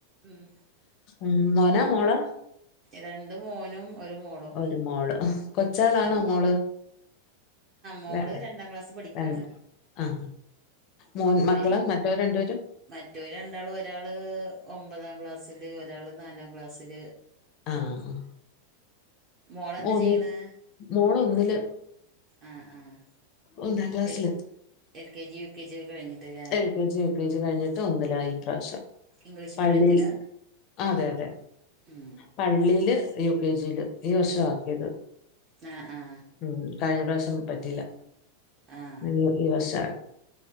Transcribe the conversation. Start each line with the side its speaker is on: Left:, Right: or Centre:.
Right: ഉം
Left: ഉം മോനാ മോളാ
Right: രണ്ട് മോനും ഒരു മോളും
Left: ഒരു മോള് കൊച്ചാളാണോ
Right: ഉം
Left: മോള്
Right: മോള്
Left: ആഹ്
Right: രണ്ടാം ക്ലാസ് പഠിക്കാണ്
Left: അം ആ മൂന്ന് മക്കള്
Right: പി
Left: മറ്റോര് രണ്ട് വേരും
Right: മറ്റോര് രണ്ടാളും ഒരാള് ഒമ്പതാ ക്ലാസ്സില് ഒരാള് നാലാം ക്ലാസ്സില്
Left: ആഹ്
Right: മോളെന്താ
Left: മോ
Right: ചെയ്യണ്
Left: മോളൊന്നില്
Right: ആ ആഹ്
Left: ഒന്നാ ക്ലാസ്സില്
Right: എൽ L K G U K G ഒക്കെ കഴിഞ്ഞിട്ട്ല്ലേ
Left: എൽ എൽ കെ ജീം യു കെ ജീം കിഴിഞ്ഞിട്ട് ഒന്നിലായി ഇപ്രാശ്യം.
Right: ഇംഗ്ലീഷ്
Left: പള്ളിയിൽ
Right: മീഡിയത്തിലാ
Left: അതെ അതെ
Right: ഉം
Left: പള്ളിയില് യു കെ ജിയില് ഈ വർഷാക്കിയത്
Right: ആ ആ
Left: ഉം കഴിഞ്ഞ പ്രാശ്യം പറ്റീല്ല
Right: ആഹ്
Left: ഈ ഈ വർഷാ